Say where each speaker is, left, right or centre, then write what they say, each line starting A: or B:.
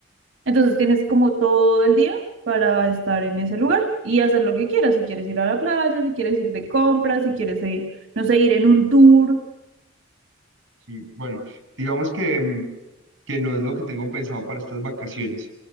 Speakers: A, on the right (about 70°); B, on the right (about 85°).
A: Entonces tienes como todo el día para estar en ese lugar y hacer lo que quieras. Si quieres ir a la playa, si quieres ir de compras, si quieres, eh, no sé, ir en un tour.
B: Sí, bueno, digamos que. mm, que no es lo que tengo pensado para estas vacaciones,